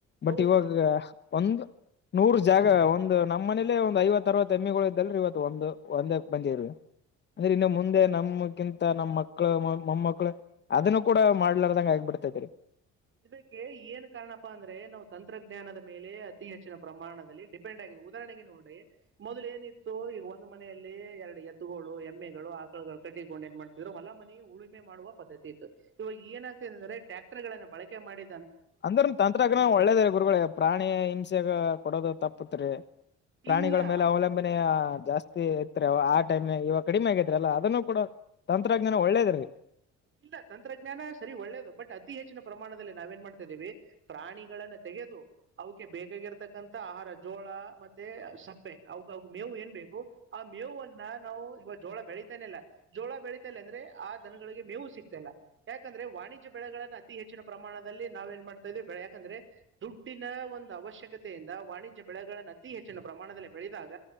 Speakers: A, on the left; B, on the right.
A: ಬಟ್
B: ಹೌದು
A: ಇವಾಗ ಒಂದು ನೂರ ಜಾಗ ಒಂದು ನಮ್ಮ ಮನೇಲೆೇ ಒಂದು ಐವತ್ತ ಅರವತ್ತು ಎಮ್ಮಿಗಳು ಇದ್ದಲ್ ಇವತ್ತು ಒಂದು ಒಂದೇ ಮಂದಿ ಇರ್ ಅಂದ್ರೆ ಇನ್ನು ಮುಂದೆ ನಮ್ಮಕ್ಕಿಂತ ನಮ್ಮ ಮಕ್ಕಳು ಮೊ ಮಕ್ಳು ಅದನ್ನು ಕೂಡ ಮಾಡ್ಲಾರದಂಗ ಆಗಬಿಡ್ತೈತಿರಿ
B: ಇದಕ್ಕೆ ಏನ್ ಕಾರಣಪ್ಪಾ ಅಂದ್ರೆ ನಾವ್ ತಂತ್ ತಂತ್ರಜ್ಞಾನದ ಮೇಲೆ ಅತಿ ಹೆಚ್ಚಿನ ಪ್ರಮಾಣದಲ್ಲಿ ಡಿಪೆಂಡ್ ಆಗಿದೆ ಉದಾಹರಣೆಗೆ ನೋಡಿ ಮೊದಲ ಏನಿತ್ತು ಈಗ ಒಂದು ಮನೆಯಲ್ಲಿ ಎರಡು ಎತ್ತುಗಳು ಎಮ್ಮೆಗಳು ಆಕುಗಳು ಕಟ್ಟಿಕೊಂಡು ಏನ್ ಮಾಡ್ತಿದ್ರು ಹೊಲ ಮನ ಉಳುಮೆ ಮಾಡುವ ಪದ್ಧತಿ ಇತ್ತು ಇವಾಗ ಏನಾಗ್ತದೆ ಅಂದ್ರೆ ಟ್ರ್ಯಾಕ್ಟರ್ ಗಳನ್ನ ಬಳಕೆ ಮಾಡಿ
A: ಅಂದ್ರ ತಂತ್ರಜ್ಞಾನ ಒಳ್ಳೇದೇ ಗುರುಗಳ ಪ್ರಾಣಿ ಹಿಂಸೆಗ ಕೊಡೋದು ತಪ್ಪತ್ರಿ ಪ್ರಾಣಿಗಳ
B: ಇಲ್ಲ
A: ಮೇಲೆ ಅವಲಂಬನೆಯ ಜಾಸ್ತಿ ಜಾತಿ ಇತ್ರಿ ಆಟೈಮ್ ಇಗ ಕಡಿಮೆ ಆಗೈತ್ರಿ ಅಲ್ಲ ಅದನ್ನನು ಕೂಡ ತಂತ್ರಜ್ಞಾನ ಒಳ್ಳೇದೆ ರೀ
B: ಇಲ್ಲ ತಂತ್ರಜ್ಞಾನ ಸರಿ ಒಳ್ಳೇದು ಬಟ್ ಅತಿ ಹೆಚ್ಚಿನ ಪ್ರಮಾಣದಲ್ಲಿ ನಾವ ಏನ್ ಮಾಡ್ತಾ ಇದಿದ್ದೀವಿ ಪ್ರಾಣಿಗಳನ್ನ ತೆಗೆದು ಅವಕ ಬೇಕಾಗಿರ್ತಕ್ಕಂತ ಆಹಾರ ಜೋಳ ಮತ್ತೆ ಸಪ್ಪೆ ಅ ಅವ ಮೇವು ಏನ್ ಬೇಕು ಆ ಮೇವನ್ನ ನಾವು ಇವಾಗ ಜೋಳ ಬೆಳೀತನೆಲ್ಲ ಜೋಳ ಬೆಳಿತಲ್ಲ ಅಂದ್ರೆ ಆ ದನಗಳಿಗೆ ಮೇವು ಸಿಗ್ತಲ್ಲ ಯಾಕಂದ್ರೆ ವಾಣಿಜ್ಯ ಬೆಳೆಗಳನ್ನ ಅತಿ ಹೆಚ್ಚಿನ ಪ್ರಮಾಣದಲ್ಲಿ ನಾವ ಏನ್ ಮಾಡ್ತಾ ಇದೀವಿ ಬೆ ಯಾಕಂದ್ರೆ ದುಡ್ಡಿನ ಒಂದು ಅವಶ್ಯಕತೆಯಿಂದ ವಾಣಿಜ್ಯ ಬೆಳೆಗಳನ್ನ ಅತಿ ಹೆಚ್ಚಿನ ಪ್ರಮಾಣದಲ್ಲಿ ಬೆಳೆದಾಗ